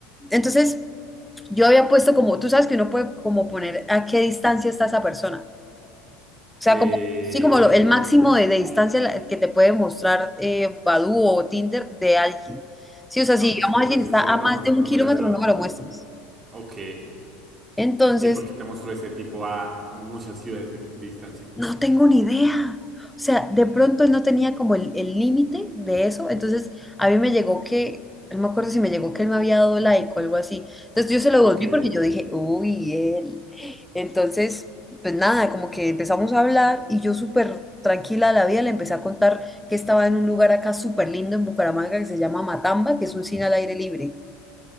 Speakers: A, in the centre; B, on the right (about 30°).
A: Entonces yo había puesto como, tú sabes que uno puede como poner a qué distancia está esa persona. O sea,
B: eh,
A: como, sí, como lo- el máximo de, de distancia la- que te puede mostrar eh, Badoo o Tinder de alguien. Sí, o sea,
B: no,
A: si digamos
B: pues si te
A: alguien
B: soy sincero,
A: está a
B: no,
A: más de un
B: no
A: kilómetro,
B: me las he bajado.
A: no me lo muestres.
B: Ok.
A: Entonces...
B: ¿Y por qué te mostró ese tipo a muchas ciudades de, de distancia?
A: No tengo ni idea. O sea, de pronto él no tenía como el el límite de eso. Entonces, a mí me llegó que, no me acuerdo si me llegó que él me había dado like o algo así. Entonces, yo se lo devolví
B: Ok.
A: porque yo dije, uy, él. Entonces, pues nada, como que empezamos a hablar y yo súper tranquila de la vida le empecé a contar que estaba en un lugar acá súper lindo en Bucaramanga que se llama Matamba, que es un cine al aire libre.